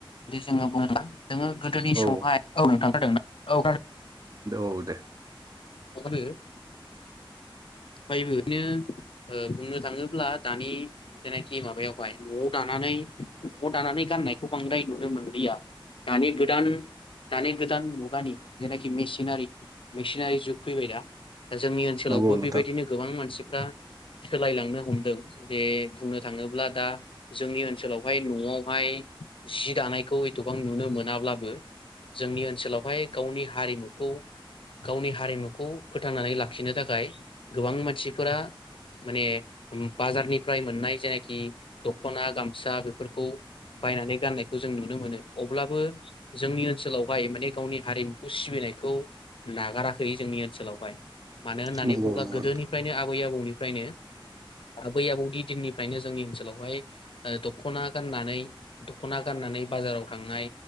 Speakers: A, on the left (about 70°); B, on the right (about 40°).
A: दि जोङो बुङोब्ला जोङो गोदोनि
B: औ
A: समावहाय औ नोंथां। <unintelligible> औ
B: औ दे
A: <unintelligible> <unintelligible> <unintelligible> फायबो नो ओ बुंनो थाङोब्ला दानि जेनाखि माबायावहाय न'आव दानानै नआव दानानै गाननायखौ बांद्राय नुनो मोनलिया दानि गोदान दानि गोदान मुगानि जेनाखि मिसिनारि मिसिनारि जुग फैबाय दा। जोंनि ओनसोलावबो
B: नंगौ नोंथां
A: बेबायदिनो गोबां मानसि फ्रा सोलायलांनो हमदों जे बुंनो थाङोब्ला दा जोंनि ओनसोलावहाय नआवहाय जि दानायखौ एदथबां नुनो मोनाब्लाबो जोंनि ओनसोलावहाय गावनि हारिमुखौ गावनि हारिमुखौ फोथांनानै लाखिनो थाखाय गोबां मानसिफोरा माने बाजारनिफ्राय मोननाय जायनाखि दखना गामसा बेफोरखौ बायनानै गाननायखौ जों नुनो मोनो अब्लाबो जोंनि ओनसोलावहाय माने गावनि हारिमुखौ सिबिनायखौ नागाराखै जोंनि ओनसोलावहाय। मानो होननानै
B: नंगौ नंगौ
A: गोदोनिफ्रायनो
B: नोंथां
A: आबै आबौनिफ्रायनो आबै आबौनि दिननिफ्रायनो जोंनि ओनसोलावहाय ओ दखना गाननानै दखना गाननानै बाजाराव थांनाय